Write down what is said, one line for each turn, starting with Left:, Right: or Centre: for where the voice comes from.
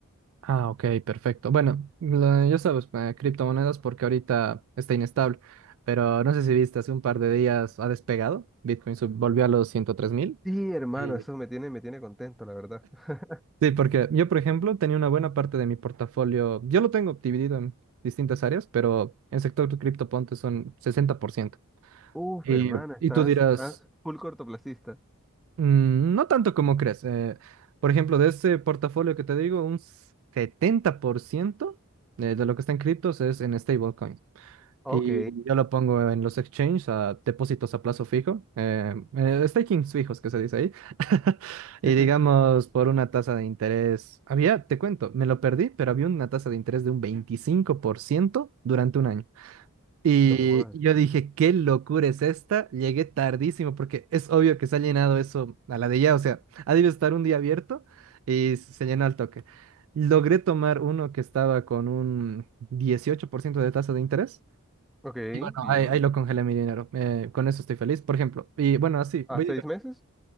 Right: Ah, ok, perfecto. Bueno, lo- ya sabes, eh, criptomonedas porque ahorita está inestable, pero no sé si viste, hace un par de días ha despegado, Bitcoin sub- volvió a los ciento tres mil.
Centre: Sí, hermano,
Right: Y-
Centre: eso me tiene, me tiene contento, la verdad. <laughs>
Right: Sí, porque yo, por ejemplo, tenía una buena parte de mi portafolio, yo lo tengo dividido en distintas áreas, pero en sector cripto ponte son 60%.
Centre: Uf,
Right: Y,
Centre: hermano, estás,
Right: y tú dirás,
Centre: estás full cortoplacista.
Right: "Mm, no tanto como crees. eh, por ejemplo, de ese portafolio que te digo, un 70% de, de lo que está en criptos es en stablecoins.
Centre: Ok,
Right: Y yo lo pongo en los exchanges, a depósitos a plazo fijo, eh, eh, stakings fijos que se dice ahí. <laughs> Y
Centre: sí, sí.
Right: digamos, por una tasa de interés, había, te cuento, me lo perdí, pero había una tasa de interés de un 25% durante un año. Y
Centre: No jodas.
Right: yo dije, qué locura es esta, llegué tardísimo porque es obvio que se ha llenado eso a la de ya, o sea, ha debido estar un día abierto y se llenó al toque. Logré tomar uno que estaba con un 18% de tasa de interés.
Centre: Ok,
Right: Y bueno,
Centre: bien.
Right: ahí, ahí lo congelé mi dinero. Eh, con eso estoy feliz, por ejemplo. Y bueno, así,
Centre: ¿A
Right: voy
Centre: seis
Right: a...
Centre: meses?